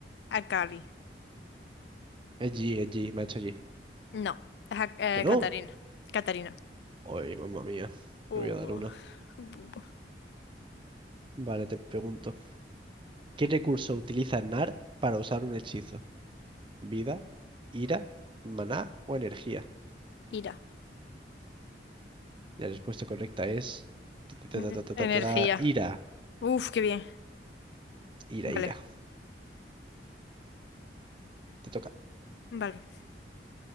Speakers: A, on the left; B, on the right.
A: Akali.
B: Es G, es G, me ha hecho G.
A: No, es Ak- eh,
B: ¿Que no?
A: Katarina. Katarina.
B: Ay, mamma mía.
A: Uh,
B: Me voy a dar una.
A: bu- bu-
B: Vale, te pregunto. ¿Qué recurso utiliza Nar para usar un hechizo? ¿Vida, ira, maná o energía?
A: ira.
B: La respuesta correcta es... ta, ta,
A: N-
B: ta, ta, ta,
A: Energía.
B: ta, ta, Ira,
A: Uf, qué bien.
B: ira,
A: Vale,
B: ira. Te toca.
A: vale.